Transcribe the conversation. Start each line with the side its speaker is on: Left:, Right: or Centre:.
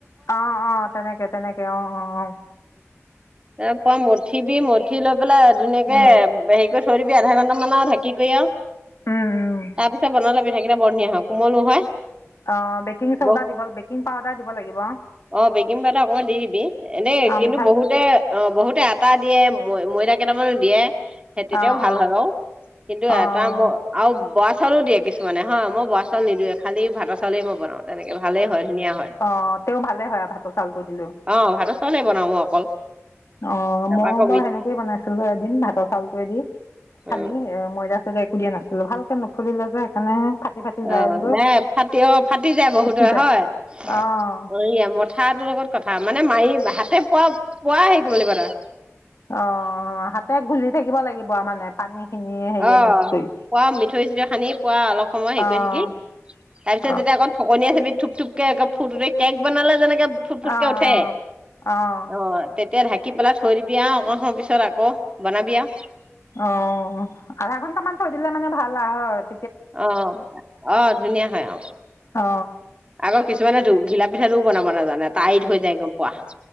Left: অ অ তেনেকে তেনেকে অ অ অ।
Right: এ পোৱা মঠিব মঠি ল। পেললে ধুনীয়াকে
Left: অঁ
Right: হেৰি কৰি। থৈ দিবি আধা ঘণ্টাামান আৰু ঢাকি কৰি আও।
Left: উম উম
Right: তাৰ পিছত বনালে পিঠা কিটা বৰধনিয়া হয় কোমলো হয়
Left: অঁ বেকিং চ'ডা
Right: ব
Left: দিব বেকিং পাউদাৰ দিব লাগিব
Right: অ বেকিং পাউদাৰ অকণই দি দিবি এনেই
Left: অঁ
Right: কিন্তু
Left: মিঠা
Right: বহুতে অ বহুতে আটা দিয়ে ম ময়দা কেইটামানো দিয়ে সেই তেতিয়াও
Left: অঁ
Right: ভাল
Left: অঁ
Right: হয় অ কিন্তু
Left: অঁ
Right: এটা মোৰ বৰা চাউলো দিয়ে কিছুমানে হয় মই বৰা চাউল নিদওঁ খালি ভাতৰ চাউলেই মই বনাওঁ তেনেকে ভালেই হয় ধুনীয়া হয়
Left: আহ তেওঁ ভালে হয় আৰু ভাতৰ চাউলটো দিলেও
Right: অ ভাতৰ চাউলে বনাওঁ মই অকল
Left: অ
Right: তাৰপা
Left: মই
Right: আকৌ
Left: বাৰু
Right: মিঠ
Left: সেনেকেই বনাইছিলো এদিন ভাতৰ চাউলতেদি খালি
Right: অ
Left: এ ময়দাক একো দা নাছিলো ভালকে নুফুলিলে যে সেইকাৰণে ফাটি ফাটি যায়গৈ
Right: অ নাই ফাটি অ ফাটি যায় বহুতৰে
Left: ফুটি যায়
Right: হয়য়া
Left: অঁ
Right: মথাটোৰ লগত কথা মানে মাৰি হাতে পোৱা পোৱা হেৰি কৰিব লাগিব তৰা
Left: অ হাতে ঘুলি থাকিব লাগিব মানে পানী খিনি
Right: অ
Left: হেৰিয়ে মিক্স কৰি
Right: পুৰা মিঠৈ চিঠৈ সানি পুৰা অলপ সময় হেৰি
Left: অঁ
Right: কৰি থাকি তাৰপিছত
Left: অঁ
Right: যেতিয়া অকৌ থ আ থুপ থুপকে ফুৰ কেক বনালে যেনে এ ফুট ফুটকে
Left: অঁ
Right: উঠে
Left: অঁ
Right: অ তে এতিয়া ঢাকি পেলাই থৈ দিবি আৰু অকণ সময় পিছত আকৌ বনাবি আৰু
Left: অ আধা ঘন্ট মান থৈ দিলে মানে ভাল আহত
Right: অ অ ধুনীয়া হয় আৰু
Left: অ
Right: আগৰ কিছুমানে ধ ঘিলাপ পিঠাও বনাব নাজানে তটাইত হৈ যায় এক গম পোৱা